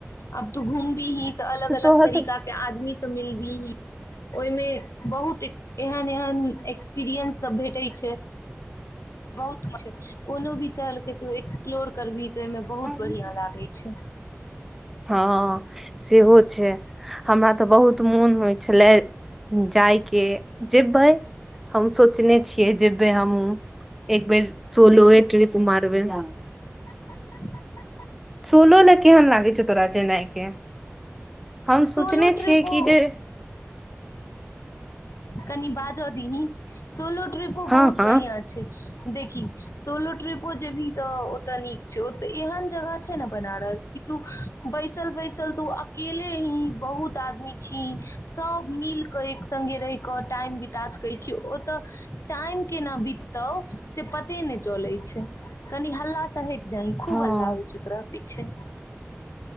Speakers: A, on the left; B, in the centre.
A: अब तू घूमबीही त अलग अलग
B: तोहर
A: तरीका के आदमी सब मिलत ओहिमे बहुत एहन एहन एक्सपीरियंस सब भेटै छै बहुत किछ कोनो भी बिसहल के तू एक्सप्लोर करबीही तऽ ओहिमे बहुत
B: सबके
A: बढ़िआँ लागै छैइ
B: हँ सेहो छै हमरा तऽ बहुत मोन होइ छलै जायके जेबै हम सोचने छियै जेबै हमहूँ एक बेर सोलोय ट्रीप मारबइ हम
A: ह <inaudible>
B: सोलो लए केहन लागै छौ तोरा जेनाइ के हम
A: सोलो
B: सोचने
A: ट्रिपो
B: छियै कि जे
A: कनी बाज दी हें सोलो ट्रिपो बहुत
B: हँ हँ
A: बढ़िआँ छैइ देखही सोलो ट्रिपो जेबही तऽ ओतऽ नीक छै ओतऽ एहन जगह छैइ ने बनारस तू बैसल बैसल तू अकेले ही बहुत आदमी छीही सब मिल के एक संड़्गे रहि क टाइम बिता सकै छी ओतऽ टाइम केना बिततौ से पते नहि चलैइ छैइ कनी हल्ला सहि जहि खूब
B: हँ
A: हल्ला होइ छैइ तोरा त छैय